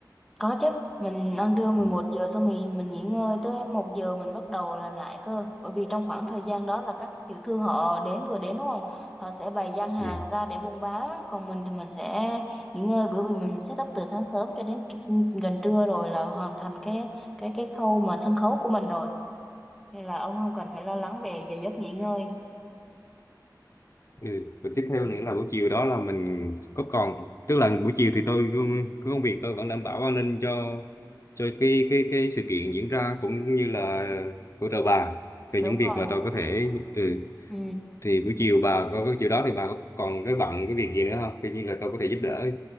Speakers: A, in the centre; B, on the left (about 45°).
A: Có chứ, mình ăn trưa mười
B: ừ.
A: một giờ xong mình mình nghỉ ngơi tới một giờ mình bắt đầu làm lại cơ. Bởi vì trong khoảng thời gian đó là các tiểu thương họ đến vừa đến đúng không? Họ sẽ bày gian hàng
B: ừ.
A: ra để buôn bán, còn mình thì mình sẽ nghỉ ngơi bởi vì mình set up từ sáng sớm cho đến tr- gần trưa rồi là hoàn thành cái cái cái khâu mà sân khấu của mình rồi. Nên là ông không cần phải lo lắng về giờ giấc nghỉ ngơi.
B: Ừ. Và tiếp theo
A: Ừ,
B: nữa là buổi chiều đó là mình có còn tức là buổi chiều thì tôi có công việc tôi vẫn đảm bảo an ninh cho cho cái cái cái sự kiện diễn ra cũng như là hỗ trợ bà về
A: đúng
B: những việc
A: rồi.
B: mà tôi có thể ừ.
A: Ừ.
B: thì buổi chiều bà có cái chiều đó thì bà có còn cái bận cái việc gì nữa không? Tuy nhiên là tôi có thể giúp đỡ.